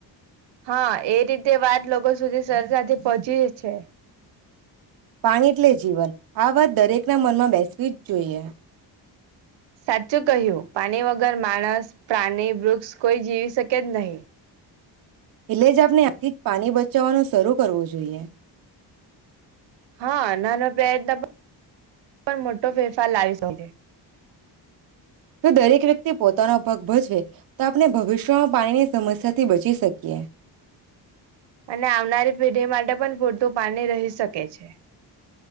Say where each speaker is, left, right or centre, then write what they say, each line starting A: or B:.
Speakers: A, on the right (about 85°); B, on the right (about 55°).
A: હા એ રીતે વાત લોકો સુધી સરસાથી પહોંચી જ છે.
B: પાણી એટલે જીવન આ વાત દરેક ના મનમાં બેસવી જ જોઈએ.
A: સાચું કહ્યું પાણી વગર માણસ, પ્રાણી, વૃક્ષ કોઈ જીવી શકે જ નહી.
B: એટલે જ આપને આથી જ પાણી બચ ચવાનું શરૂ કરવો જોઈએ
A: હા નાનો પ્રયત્ન પણ પણ મોટો ફેરફાર લાવી શકે.
B: જો દરેક વ્યક્તિ પોતાનો ભાગ ભજવે. તો આપણે ભવિષ્યમાં પાણીની સમસ્યા થી બચી શકીએ.
A: અને આવનારી પેઢી માટે પણ પૂરતું પાણી રહી શકે છે.